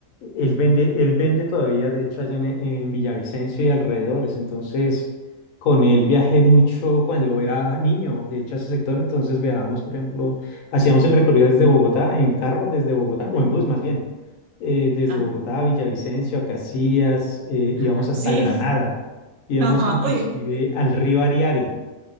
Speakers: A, on the left; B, on the right.
A: él vende, él vende todavía, de hecho, allá en, en Villavicencio y alrededores, entonces con él viajé mucho cuando era niño, de hecho, a ese sector, entonces viajábamos, por ejemplo, hacíamos el recorrido desde Bogotá, en carro desde Bogotá,
B: ujú,
A: o en bus más bien, eh, desde
B: ajá,
A: Bogotá a Villavicencio, a Casillas, eh, íbamos
B: ah,
A: hasta
B: Sí.
A: Granada,
B: <laughs>
A: íbamos
B: Ajá.
A: inclusive
B: Oye,
A: al río Ariari.